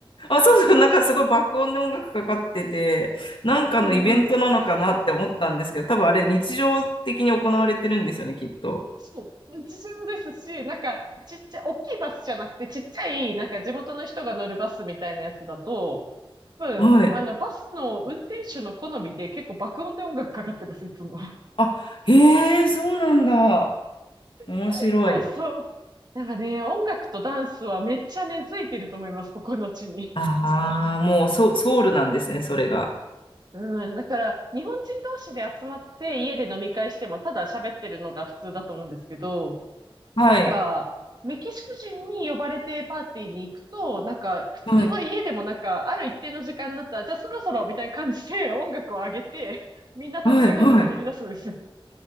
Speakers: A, on the left (about 65°); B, on the right (about 45°).
A: あ、そうそう。なんかすごい爆音で音楽かかってて、なんかのイベントなのかなって思ったんですけど、
B: うんうん。
A: 多分あれ日常的に行われてるんですよね、きっと。
B: そう、日常ですし、なんか、ちっちゃい、大きいバスじゃなくて、ちっちゃい、なんか地元の人が乗るバスみたいなやつだと、多分、
A: はい。
B: あの、バスの運転手の好みで結構爆音で音楽かかってるんです、いつも。
A: あ、へえ、そうなんだ。
B: <laughs>
A: 面白い。
B: そうそう。なんかね、音楽とダンスはめっちゃ根付いてると思います、ここの地に。
A: ああ、もうソ、ソウルなんですね、それが。
B: うん、だから、日本人同士で集まって家で飲み会しても、ただ喋ってるのが普通だと思うんですけど、
A: はい。
B: か、メキシコ人に呼ばれてパーティーに行くと、なんか、普通の家でもなんか、
A: はい。
B: ある一定の時間になったら、じゃあそろそろみたいな感じで音楽を上げて、みんな立ち上がって踊り出すんですよ。
A: はい。はい。